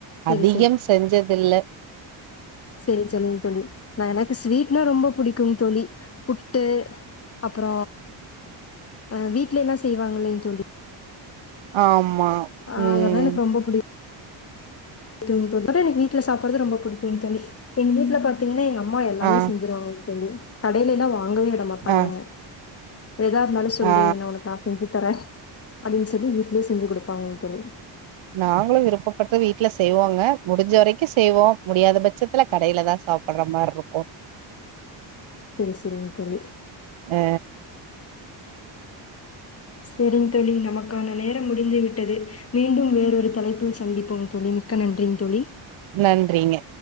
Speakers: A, on the left; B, on the right.
A: சரி
B: அதிக செஞ்சதுல்ல
A: சேரி சொல்லுங்க தோழி நா எனக்கு ஸ்வீட்னா ரொம்ப புடிக்குங் தோழி புட்டு அப்புற ஆ வீட்லன்னா செய்வாங்கல்லேங்க தோழி
B: ஆமா
A: ஆ
B: ம்
A: அதெல்லா எனக்கு ரொம்ப புடிக் க்கும் தோழி அதா எனக்கு வீட்ல சாப்புட்றது ரொம்ப புடிக்குங் தோழி எங்க வீட்ல பாத் தீங்கன்னா எங்க அம்மா எல்லாமே
B: ஆ
A: செஞ்சிருவாங்க தோழி கடையில எல்லா வாங்கவே விட மாட்டாங்க
B: ஆ
A: என்ன எதா இருந்தாலு சொல்லு
B: ஆ
A: நா ஒனக்கு நா செஞ்சு தர அப்டின்னு சொல்லி வீட்லேயே செஞ்சு குடுப்பாங்க தோழி
B: நாங்களு விருப்பப்பட்டு வீட்ல செய்வோங்க முடிஞ்ச வரைக்கு செய்வோ முடியாத பட்சத்துல கடையில தா சாப் பட்ற மாரி இருக்கு
A: செரி செரிங்க தோழி
B: ஆ
A: சேரிங்க தோழி நமக்கான நேரம் முடிந்து விட்டது மீண்டும் வேறொரு தலைப்பில் சந்திப்போம் தோழி மிக்க நன்றிங்க தோழி
B: நன்றிங்க